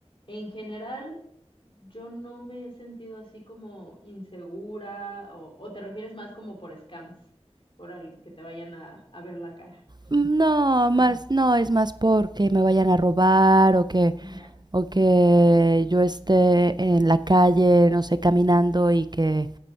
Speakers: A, on the left (about 50°); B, on the right (about 40°).
A: en general yo no me he sentido así como insegura o, o te refieres más como por scams, por al- que te vayan a, a ver la cara.
B: Mm, No,
A: Ah,
B: más, no, es más porque me vayan a robar o que,
A: ya.
B: o que yo esté en la calle, no sé, caminando y que,